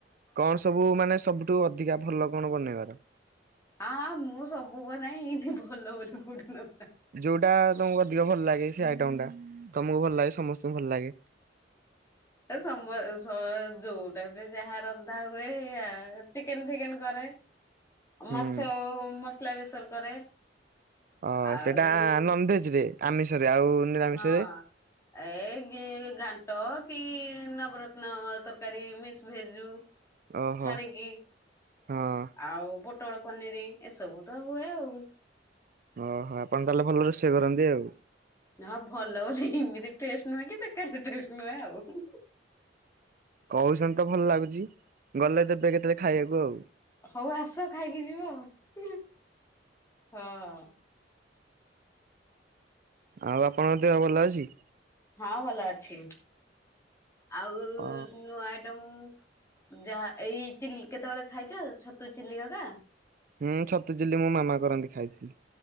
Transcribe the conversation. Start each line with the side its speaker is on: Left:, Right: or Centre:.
Right: କଣ ସବୁ ମାନେ ସବୁଠୁ ଅଧିକା ଭଲ କଣ ବନେଇବାର।
Left: ଆଁ ମୁଁ ସବୁ ବନାଏ ଏମିତି ଭଲ ବୋଲି କୋଉଟା ନ ଥାଏ।
Right: ଯୋଉଟା ତମକୁ ଅଧିକ ଭଲ ଲାଗେ ସେ ଆଇଟମ ଟା ତମକୁ ଭଲ ଲାଗେ ସମସ୍ତଙ୍କୁ ଭଲ ଲାଗେ।
Left: ଏ ସମ ସ ଯୋଉ ଟାଇପରେ ଯାହା ରନ୍ଧା ହୁଏ ଏଇଆ ଚିକେନ ଫିକେନ କରେ।
Right: ହୁଁ।
Left: ମାଛ ମସଲା ବେସର କରେ।
Right: ଅ
Left: ଆଉ
Right: ସେଇଟା ନନଭେଜ ରେ ଆମିଷରେ ଆଉ ନିରାମିଷରେ
Left: ହଁ। ଏ ଗେ ଘାଣ୍ଟ କି ନବରତ୍ନ ତରକାରୀ ମିିକ୍ସ ଭେଜ ଯୋଉ।
Right: ଓହୋ
Left: ଛାଣିକି
Right: ହଁ
Left: ଆଉ ପୋ ଟଳ ପନିର ଏସବୁ ତ ହୁଏ ଆଉ।
Right: ଓହୋ ଆପଣ ତାହେଲେ ଭଲ ରୋଷେଇ କରନ୍ତି ଆଉ।
Left: ନା ଭଲ ବୋଲି ଏମିତି ଟେଷ୍ଟ ନୁହଁ କି ବେକାର ଟଷ୍ଟ ନୁହେଁ ଆଉ ହୁଁ ହୁଁ।
Right: କହୁସନ ତ ଭଲ ଲାଗୁଛି ଗଲେ ଦେବେ କେତେବେଳେ ଖାଇବାକୁ ଆଉ।
Left: ହଉ ଆସ ଖାଇକି ଯିବ ହୁଁ ହୁଁ। ହଁ।
Right: ଆଉ ଆପଣଙ୍କ ଦେହ ଭଲ ଅଛି?
Left: ହଁ ଭଲ ଅଛି ଆଉ
Right: ଅ
Left: ନୂଆ ଟମ୍ ଯାହା ଏଇ ଚିଲି କେତେବେଳେ ଖାଇଛ ଛତୁ ଚିଲି ଅକା।
Right: ହୁଁ ତୁ ଚିଲି ମୋ ମାମା କରନ୍ତି ଖାଇଥିଲି।